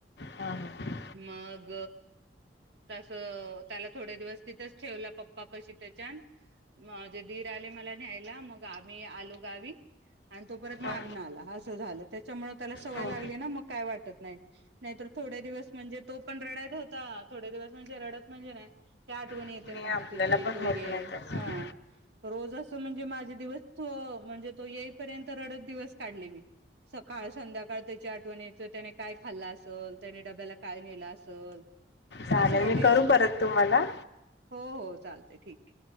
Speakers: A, on the left; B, on the right.
A: हा
B: मग तस त्याला थोडे दिवस तिथच ठेवलं पप्पा पशी त्याच्यान माझे दीर आले. मला न्यायला मग आम्ही आलो. गावी आणि तो परत मागण
A: हो
B: आला असं झालं त्याच्यामुळे त्याला सवय
A: हो
B: लागली ना मग काय वाटत नाही नाहीतर थोडे दिवस म्हणजे तो पण रडत होता थोडे दिवस म्हणजे रडत म्हणजे नाही. आठवण
A: नाही
B: येते मम्मी
A: आपल्याला
B: तुझी
A: पण
B: तू ये
A: होत नाही तसं
B: हा. रोज असं म्हणजे माझे दिवस त म्हणजे तो येईपर्यंत रडत दिवस काढले मी सकाळ संध्याकाळ सकाळ त्याच्या आठवणीयायचं त्याने काय खाल्लं असेल त्याने डब्याला काय नेलं असल.
A: चालेल
B: असं वाटायचं
A: मी करू परत तुम्हाला
B: हो हो चालतंय ठीके.